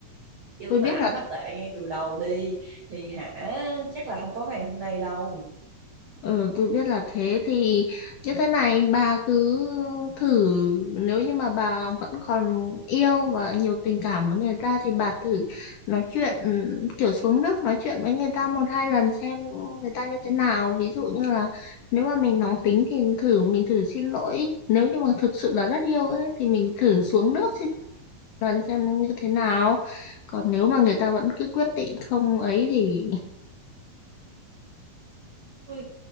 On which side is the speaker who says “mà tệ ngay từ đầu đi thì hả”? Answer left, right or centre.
Right